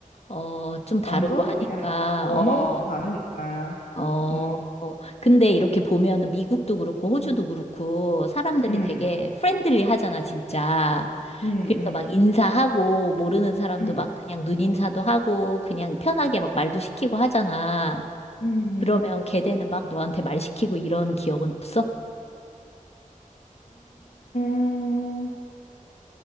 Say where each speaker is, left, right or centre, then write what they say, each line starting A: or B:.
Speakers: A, on the left; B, on the left.
A: 어, 좀 다르고
B: 완전히
A: 하니까,
B: 그냥 언어부터
A: 어.
B: 다르니까.
A: 어,
B: 음,
A: 근데 이렇게 보면은 미국도 그렇고 호주도
B: 음,
A: 그렇고 사람들이
B: 음,
A: 되게 프렌들리 하잖아, 진짜.
B: 음,
A: 그래서 막 인사하고 모르는 사람도
B: 음,
A: 막 그냥 눈인사도 하고 그냥 편하게 막 말도 시키고 하잖아.
B: 음, 음,
A: 그러면 걔네는 막 너한테 말 시키고 이런 기억은 없어?
B: 음,